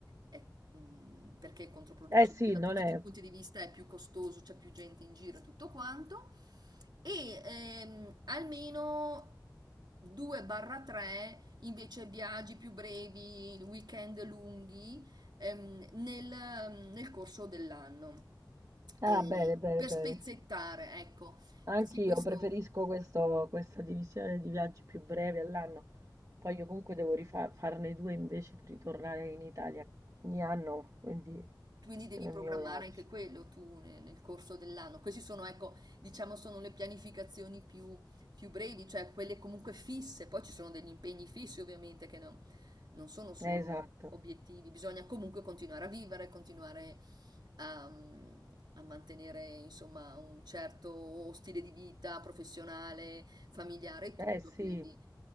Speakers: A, on the right (about 70°); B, on the right (about 45°).
A: è- mm, perché è controproducente
B: Eh sì,
A: da
B: non
A: tutti
B: è.
A: i punti di vista, è più costoso, c'è più gente in giro e tutto quanto. E ehm, almeno 2-3 invece viaggi più brevi, weekend lunghi ehm, nel, nel corso dell'anno. Eh,
B: Ah, bene, bene,
A: per
B: bene.
A: spezzettare, ecco.
B: Anch'io
A: Sì, questo.
B: preferisco questo- questa divisione di viaggi più brevi all'anno. Poi io comunque devo rifa- farne due invece per ritornare in Italia ogni anno, quindi
A: Quindi devi
B: quello
A: programmare
B: è il mio viaggio.
A: anche quello tu ne- nel corso dell'anno. Questi sono, ecco, diciamo, sono le pianificazioni più, più brevi, cioè quelle comunque fisse. Poi ci sono degli impegni fissi, ovviamente, che non, non sono solo
B: Eh, esatto.
A: obiettivi. Bisogna comunque continuare a vivere, continuare a, a mantenere, insomma, un certo stile di vita professionale, familiare e tutto.
B: Eh sì.
A: Quindi